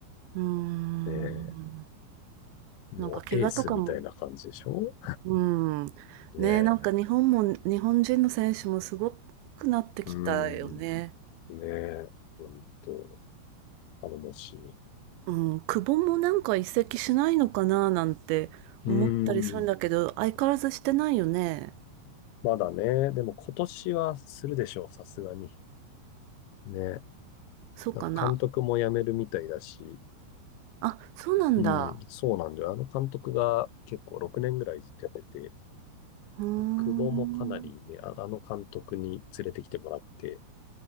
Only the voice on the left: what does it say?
ねえ、もうエースみたいな感じでしょ
ねえ。
うん。ねえ、ほんと、頼もしい。
うーん。
まだね、でも今年はするでしょう、さすがに。ね。
なんか監督も辞めるみたいだし、
うん、そうなんだよ。あの監督が結構6年ぐらいずっとやってて、
久保もかなりね、ああの監督に連れてきてもらって、